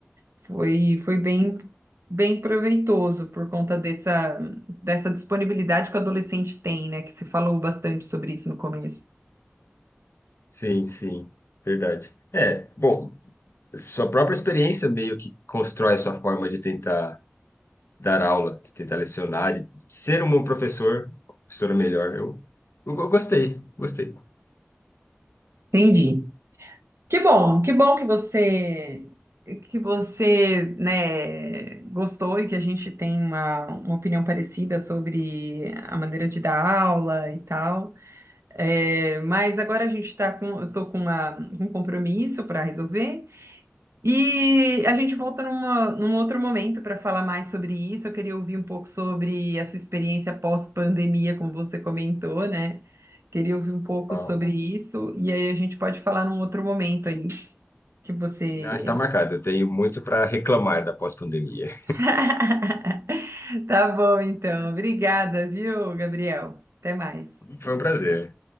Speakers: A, on the right; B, on the left.
A: Foi, foi bem, bem proveitoso por conta dessa, dessa disponibilidade que o adolescente tem, né? Que se falou bastante sobre isso no começo.
B: Sim, sim, verdade. É, bom, sua própria experiência meio que constrói sua forma de tentar dar aula, de tentar lecionar, de ser um bom professor, professora melhor. Eu, eu, eu gostei, gostei.
A: Entendi. Que bom, que bom que você que você, né, gostou e que a gente tem uma, uma opinião parecida sobre a maneira de dar aula e tal. É, mas agora a gente está com, eu tô com uma- um compromisso para resolver e a gente volta numa, num outro momento para falar mais sobre isso. Eu queria ouvir um pouco sobre a sua experiência pós-pandemia, como você comentou, né? Queria ouvir um pouco
B: Uau.
A: sobre isso e aí a gente pode falar num outro momento aí que você.
B: Não, está marcado. Eu tenho muito para reclamar da pós-pandemia.
A: <laughs> Tá bom, então. Obrigada, viu, Gabriel? Até mais.
B: Foi um prazer.